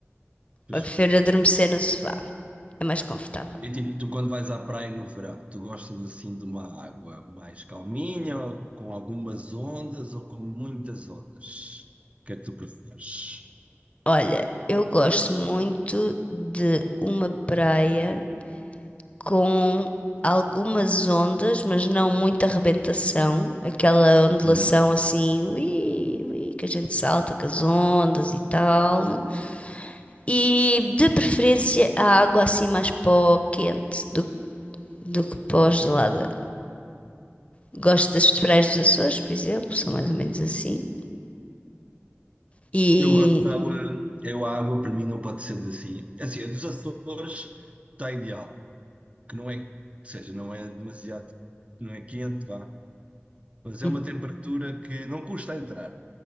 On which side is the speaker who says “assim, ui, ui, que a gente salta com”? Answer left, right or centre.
Left